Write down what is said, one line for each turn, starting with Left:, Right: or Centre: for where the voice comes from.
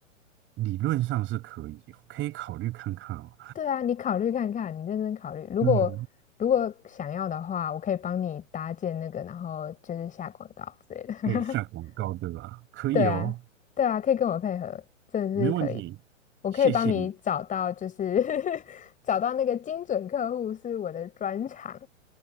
Right: 理论上是可以哦可以考虑看看哦。
Left: 对啊，你考虑看看，你认真考虑。如果如果想要的话，
Right: 对啊，
Left: 我可以帮你搭建那个，然后就是下广告之类的。<laughs>
Right: 可以下广告对吧？可以哦，
Left: 对啊，对啊，可以跟我配合，真的是可以。
Right: 没问题，
Left: 我可以帮你找到，
Right: 谢谢你，
Left: 就是 <laughs> 找到那个精准客户是我的专长。